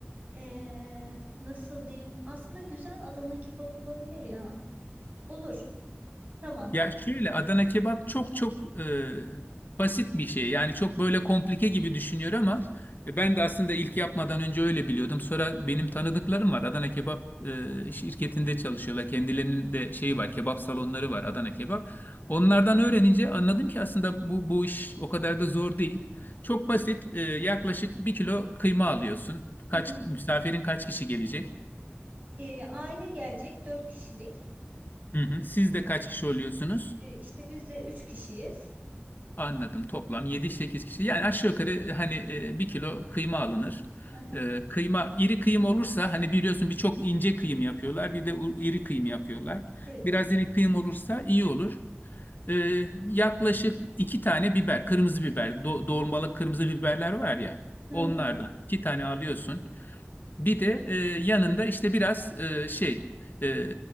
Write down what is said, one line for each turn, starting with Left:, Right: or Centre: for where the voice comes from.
Right: e, nasıl diyeyim? Aslında güzel Adana kebap olabilir ya. Olur. Tamam.
Left: Ya şöyle Adana kebap çok çok e, basit bir şey. Yani çok böyle komplike gibi düşünüyor ama e, ben de aslında ilk yapmadan önce öyle biliyordum. Sonra benim tanıdıklarım var. Adana kebap e, şirketinde çalışıyorlar. Kendilerinin de şeyi var. Kebap salonları var Adana kebap. Onlardan öğrenince anladım ki aslında bu bu iş o kadar da zor değil. Çok basit. E, yaklaşık bir kilo kıyma alıyorsun. Kaç
Right: Hı hı.
Left: misafirin kaç kişi gelecek?
Right: E, aile gelecek dört kişilik.
Left: Hı hı. Siz de kaç kişi oluyorsunuz?
Right: E, işte biz de üç kişiyiz.
Left: Anladım. Toplam yedi sekiz kişi. Yani aşağı yukarı e, hani e, bir kilo kıyma alınır.
Right: Hı hı.
Left: E, kıyma iri kıyım olursa hani biliyorsun birçok ince kıyım yapıyorlar. Bir de u- iri kıyım yapıyorlar.
Right: Evet.
Left: Biraz iri kıyım olursa iyi olur. E, yaklaşık iki tane biber, kırmızı biber, do dolmalık kırmızı biberler var ya.
Right: Hı
Left: Onlardan
Right: hı.
Left: iki tane alıyorsun. Bir de e, yanında işte biraz e, şey e,